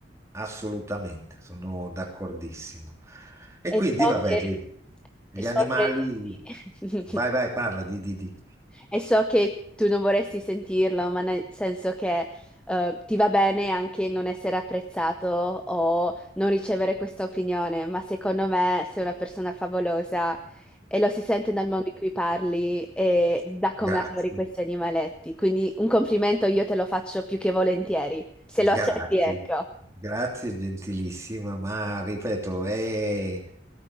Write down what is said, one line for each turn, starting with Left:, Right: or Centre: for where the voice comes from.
Right: assolutamente, sono d'accordissimo. E
Centre: E
Right: quindi,
Centre: so
Right: vabbè,
Centre: che,
Right: vedi, gli
Centre: e so
Right: animali,
Centre: che, sì.
Right: vai, vai,
Centre: <laughs>
Right: parla di, di, di.
Centre: E so che tu non vorresti sentirlo, ma nel senso che eh, ti va bene anche non essere apprezzato o non ricevere questa opinione, ma secondo me sei una persona favolosa e lo si sente dal modo in cui parli e da come
Right: Grazie.
Centre: adori questi animaletti. Quindi un complimento io te lo faccio più che volentieri, se lo
Right: Grazie,
Centre: accetti, ecco.
Right: grazie gentilissima, ma ripeto, è,